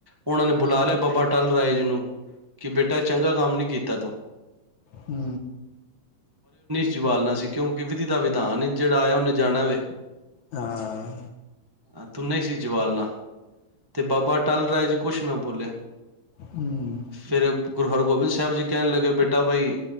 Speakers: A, on the right (about 20°); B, on the left (about 60°).
A: ਉਹਨਾਂ ਨੇ ਬੁਲਾ ਲਿਆ ਬਾਬਾ ਅੱਟਲ ਰਾਏ ਜਿਨੂੰ। ਕਿ ਬੇਟਾ ਚੰਗਾ ਕੰਮ ਨੀ ਕੀਤਾ ਤੂੰ।
B: ਹੂ।
A: ਚਬਾਲਣਾ ਸੀ ਕਿਉਂ। ਏ ਵਿਧੀ ਦਾ ਵਿਧਾਨ ਏ ਜਿਹੜਾ ਆਇਆ ਉਹਨੇ ਜਾਣਾ ਵੇ।
B: ਹਾਂ।
A: ਅ ਤੂੰ ਨਹੀਂ ਸੀ ਜਵਾਲਣਾ। ਤੇ ਬਾਬਾ ਅੱਟਲ ਰਾਏ ਜੀ, ਕੁਛ ਨਾ ਬੋਲੇ।
B: ਹੂੰ।
A: ਫੇਰ ਗੁਰੂ ਹਰਗੋਬਿੰਦ ਸਾਹਿਬ ਜੀ ਕਹਿਣ ਲੱਗੇ ਬੇਟਾ ਬਈ